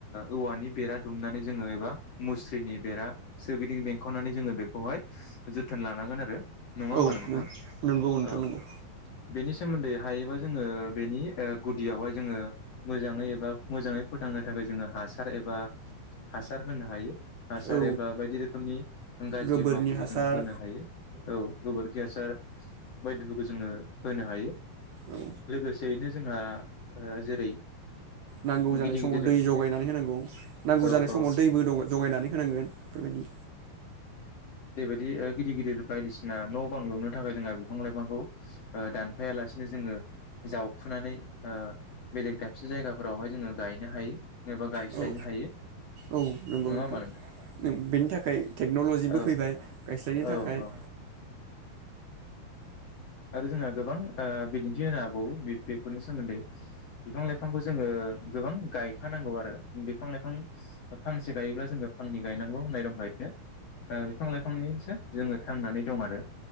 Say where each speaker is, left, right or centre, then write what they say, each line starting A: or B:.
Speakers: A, on the left; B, on the right.
A: ओ औवानि बेरा दुमनानै जोङो एबा मुस्रिनि बेरा सोरगिदिं बेंखननानै जोङो बेखौहाय जोथोन लानांगोन आरो। नङा होमबा
B: औ
A: नोंथां
B: नंगौ नोंथां
A: औ
B: नंगौ
A: बेनि सोमोन्दै हायोबा जोङो बेनि ओ गुदियावहाय जोङो मोजाङै एबा मोजाङै फोथांनो थाखाय जोङो हासार एबा हासार होनो हायो। हासार
B: औ
A: एबा बायदि रोखोमनि गाज्रि
B: गोबोरनि
A: मुवाफोरखौ
B: हासार
A: जोङो होनो हायो औ गोबोर खिहासार बायदिफोरखौ जोङो होनो हायो।
B: औ
A: लोगोसेयैनो जोंहा ओ जेरै
B: नांगौ जानाय
A: गिदिर
B: समाव
A: गिदिर
B: दै जगायनानै होनांगौ
A: ओ
B: नांगौ जानाय
A: औ
B: समाव दैबो जगायनानै होनांगोन बेफोरबायदि
A: बि गिदिर गिदिर बायदिसिना न' बांलुनो थाखाय जोंहा बिफां लाइफांखौ ओ दानफायालासिनो जोङो जाव खुनानै ओ बेलेग दाबसे जायगाफोरावहाय जोङो गायनो हायो। एबा गायस्लायनो
B: औ
A: हायो
B: औ नंगौ
A: नङा
B: नोंथां
A: होमबा
B: बेनि थाखाय टेक्न'ल'जिबो
A: औ
B: फैबाय गायस्लायनो
A: औ
B: थाखाय
A: औ आरो जोंहा गोबां ओ बिदिन्थि होनो हबावो बेफोरनि सोमोन्दै बिफां लाइफांखौ जोङो गोबां गायखानांगौ आरो बिफां लाइफां फांसे गायोब्ला जोङो फांनै गायनांगौ होननाय दंखायो। ओ बिफां लाइफांनिसो जोङो थांनानै दं आरो।